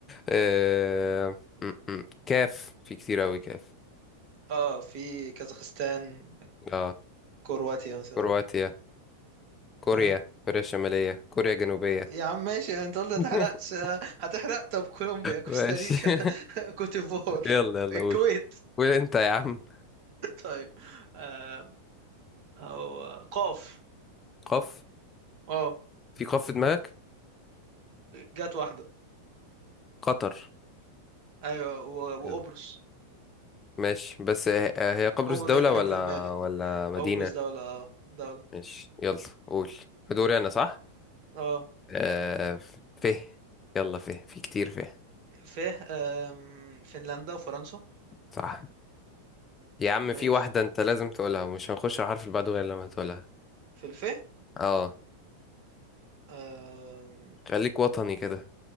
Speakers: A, on the left (about 20°); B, on the right (about 45°).
A: آه... م- م. كاف في كتير أوي كاف
B: اه في كازاخستان
A: اه
B: كرواتيا مثلا
A: كرواتيا كوريا
B: اه
A: كوريا الشمالية كوريا الجنوبية
B: يا عم ماشي انت قلت هتحرقش
A: <laughs>
B: هتحرق طب كولومبيا كوستاريكا
A: ماشي <laughs>
B: <laughs> كوتيفوار
A: يلا يلا
B: الكويت
A: قول قول انت يا عم
B: طيب آم، هو قاف
A: قف
B: اه
A: في قف في دماغك
B: جت واحدة
A: قطر
B: ايوه و-
A: يلا.
B: وقبرص
A: ماشي بس هي هي قبرص
B: قبرص
A: دولة
B: اللي
A: ولا
B: كان في دماغي
A: ولا مدينة
B: قبرص دولة اه دولة
A: ماشي يلا قول دوري انا صح
B: اه
A: مم. آه فيه يلا فيه في كتير فيه
B: ف آم، فنلندا وفرنسا
A: صح يا عم
B: ماشي
A: في واحدة انت لازم تقولها ومش هنخش على الحرف اللي بعده غير لما تقولها
B: في الف
A: اه
B: آم،
A: خليك وطني كده